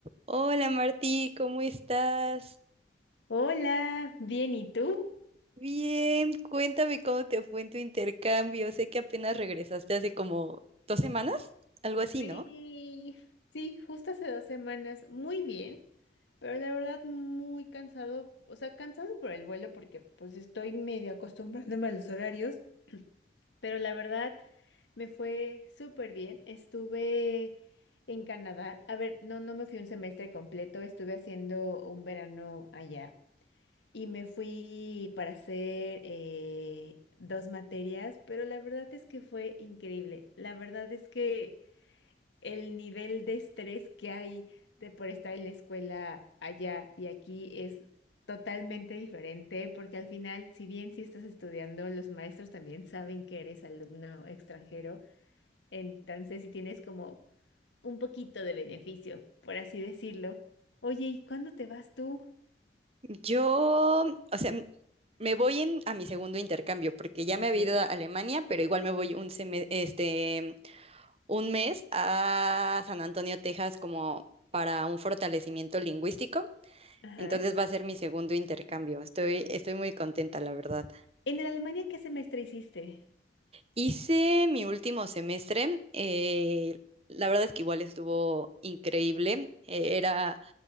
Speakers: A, on the right; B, on the left.
A: Hola Martí, ¿cómo estás?
B: Hola, bien, ¿y tú?
A: Bien, cuéntame cómo te fue en tu intercambio. Sé que apenas regresaste hace como dos semanas, algo así,
B: Sí,
A: ¿no?
B: sí, justo hace dos semanas, muy bien, pero la verdad muy cansado, o sea, cansado por el vuelo porque pues estoy medio acostumbrándome a los horarios, pero la verdad me fue súper bien. Estuve en Canadá, a ver, no, no me fui un semestre completo, estuve haciendo un verano allá. Y me fui para hacer eh, dos materias, pero la verdad es que fue increíble. La verdad es que el nivel de estrés que hay de por estar en la escuela allá y aquí es totalmente diferente, porque al final, si bien si estás estudiando, los maestros también saben que eres alumno extranjero, entonces si tienes como un poquito de beneficio, por así decirlo. Oye, ¿y cuándo te vas tú?
A: Yo, o sea, m- me voy en- a mi segundo intercambio porque ya me
B: Ok.
A: había ido a Alemania, pero igual me voy un seme- este, un mes a San Antonio, Texas, como para un fortalecimiento lingüístico.
B: Ajá.
A: Entonces va a ser mi segundo intercambio. Estoy, estoy muy contenta, la verdad.
B: En el Alemania, ¿qué semestre hiciste?
A: Hice mi último semestre. eh, la verdad es que igual estuvo increíble. eh, era,